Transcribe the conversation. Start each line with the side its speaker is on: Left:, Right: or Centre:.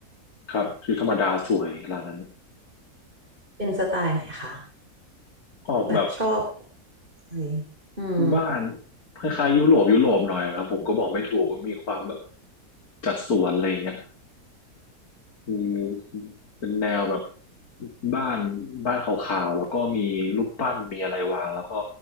Left: ครับชีวิตธรรมดาสวยร้านนั้น
Right: เป็นสไตล์ไหนคะ
Left: ออกแบบ
Right: แบบชอบอะไรอืม
Left: บ้านคล้ายๆยุโรปยุโรปหน่อยครับผมก็บอกไม่ถูกว่ามีความแบบจัดสวนอะไรอย่างเงี้ย มีเป็นแนวแบบบ้านบ้านขาวๆแล้วก็มีรูปปั้นมีอะไรวางแล้วก็